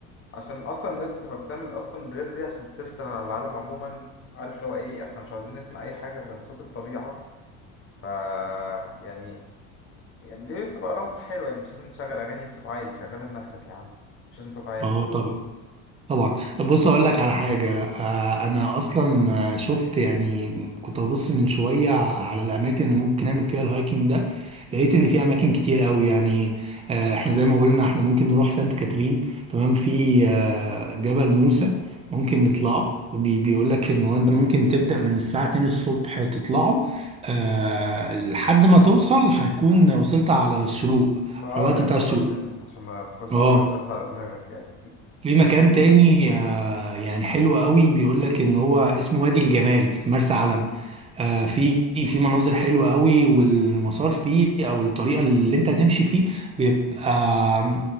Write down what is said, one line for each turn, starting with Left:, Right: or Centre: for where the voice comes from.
Left: عشان اصلا الناس بتبقى بتعمل اصلا الرياضه دي عشان تفصل عن العالم عموما عارف لو ايه احنا مش عاوزين نسمع اي حاجه غير صوت الطبيعه ف يعني يعني دي بتبقى لحظه حلوه يعني مش لازم تشغل اغاني بصوت عالي شغلها لنفسك يا عم مش لازم صوت عالي
Right: اه طبعا طبعا بص اقول لك على حاجه آه، انا اصلا آه، شفت يعني كنت ببص من شويه على الاماكن اللي ممكن نعمل فيها الهايكنج ده لقيت ان في اماكن كتير قوي يعني آه، احنا زي ما قلنا احنا ممكن نروح سانت كاترين تمام في آه، جبل موسى ممكن نطلعه وبيقول لك ان هو انت ممكن تبدا من الساعه 2 الصبح تطلعه آه، لحد ما توصل هتكون وصلت على الشروق
Left: ما اه
Right: على الوقت
Left: ده يا
Right: بتاع
Left: دوبك
Right: الشروق
Left: يعني عشان ما تاخدش
Right: اه
Left: ضربة شمس على دماغك يعني
Right: في مكان تاني يعني حلو قوي بيقول لك ان هو اسمه وادي الجمال في مرسى علم آه في في مناظر حلوه قوي والمسار فيه او الطريقه اللي انت هتمشي فيه بيبقى